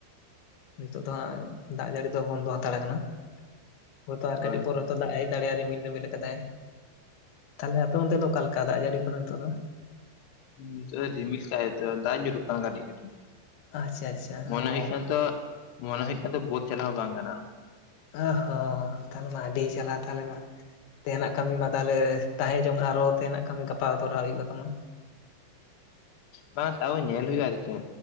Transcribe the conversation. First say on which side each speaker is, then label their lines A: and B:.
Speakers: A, on the left; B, on the left.
A: ᱱᱤᱛᱳᱜ ᱫᱚ ᱦᱟᱸᱜ ᱫᱟᱜ ᱡᱟᱹᱲᱤ ᱫᱚ ᱵᱚᱱᱫᱚ ᱦᱟᱛᱟᱲᱟ ᱠᱟᱱᱟ ᱦᱳᱭᱛᱳ ᱟᱨ
B: ᱦᱳᱭ
A: ᱠᱟᱹᱴᱤᱡ ᱯᱚᱨ ᱫᱟᱜ ᱮ ᱫᱟᱲᱮ-ᱟ ᱨᱤᱢᱤᱞ ᱨᱤᱢᱤᱞ ᱠᱟᱫᱟᱭ ᱛᱟᱦᱚᱞᱮ ᱟᱯᱮ ᱚᱱᱛᱮ ᱫᱚ ᱚᱠᱟ ᱞᱮᱠᱟ ᱫᱟᱜ ᱡᱟᱹᱲᱤ ᱠᱚᱫᱚ ᱱᱤᱛᱳᱜ ᱫᱚ?
B: ᱱᱤᱛᱚᱜ-ᱮ ᱨᱤᱢᱤᱞ ᱠᱟ ᱟᱭ ᱛᱚ ᱫᱟᱜ ᱧᱩᱨᱩᱜ ᱠᱟᱱᱟ ᱠᱟᱴᱤᱡ ᱠᱟᱴᱤᱡ᱾
A: ᱟᱪᱪᱷᱟ ᱟᱪᱪᱷᱟ
B: ᱢᱚᱱᱮ
A: ᱚ
B: ᱦᱩᱭᱩᱜ ᱠᱟᱱᱟ ᱛᱚ ᱢᱚᱱᱮ ᱦᱩᱭᱩᱜ ᱠᱟᱱᱟ ᱛᱚ ᱵᱟᱫᱽ ᱪᱟᱞᱟᱣ ᱦᱚᱸ ᱵᱟᱝ ᱜᱟᱱᱚᱜ-ᱟ᱾
A: ᱚ ᱦᱚᱸ ᱛᱟᱦᱞᱮ ᱢᱟ ᱟᱹᱰᱤ ᱡᱟᱞᱟ ᱛᱟᱦᱚᱞᱮ ᱢᱟ ᱛᱮᱦᱮᱱᱟᱜ ᱠᱟᱹᱢᱤ ᱢᱟ ᱛᱟᱦᱞᱮ ᱛᱟᱦᱮᱸ ᱡᱚᱝ ᱟᱨᱚ ᱛᱮᱦᱮᱱᱟ ᱠᱟᱹᱢᱤ ᱜᱟᱯᱟ ᱛᱚᱨᱟᱣ ᱦᱩᱭᱩᱜ-ᱟ ᱛᱟᱢᱟ᱾
B: ᱵᱟᱝ ᱛᱟᱣ ᱧᱮᱞ ᱦᱩᱭᱩᱜ-ᱟ ᱟᱨ ᱪᱮ